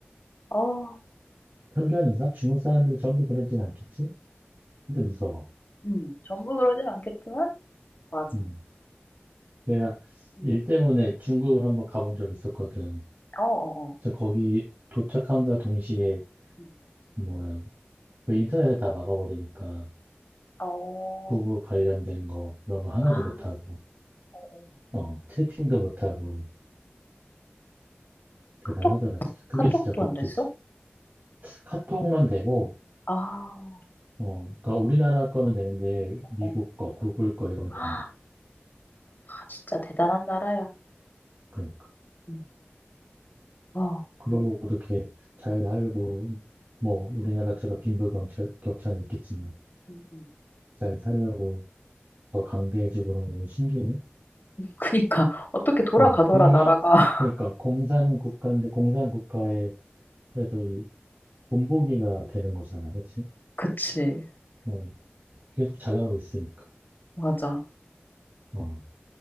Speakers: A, on the left; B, on the right.
A: 어,
B: 편견인가? 중국 사람들이 전부 그러진 않겠지? 근데 무서워.
A: 음, 전부 그러진 않겠지만, 맞아.
B: 음. 내가
A: 음.
B: 일 때문에 중국을 한번 가본 적 있었거든.
A: 어, 어, 어.
B: 진짜 거기 도착함과 동시에
A: 음.
B: 뭐야 그 인터넷을 다 막아버리니까
A: 어,
B: 구글 관련된 거 그런 거 하나도
A: 아,
B: 못하고
A: 어, 어.
B: 어 채팅도 못하고 대단하더라
A: 카톡,
B: 진짜. 그게
A: 카톡도
B: 진짜 독재지.
A: 안 됐어?
B: 카톡만 되고,
A: 아,
B: 어, 그러니까 우리나라 거는 되는데, 미국
A: 어.
B: 거, 구글 거 이런 거
A: 아,
B: 다 안 돼.
A: 진짜 대단한 나라야.
B: 그러니까.
A: 음. 와,
B: 그러고
A: 그-
B: 이렇게 잘 살고, 뭐, 우리나라처럼 빈부격차, 격차는 있겠지만,
A: 음, 음.
B: 잘 살려고 더 강대해지고 그런 건 신기해.
A: <laughs> 그니까, 어떻게 돌아가더라,
B: 응, 공산,
A: 나라가. <laughs>
B: 그러니까, 공산 국가인데, 공산 국가에 그래도 이 본보기가 되는 거잖아. 그치?
A: 그치,
B: 어, 계속 잘 나가고 있으니까.
A: 맞아.
B: 어,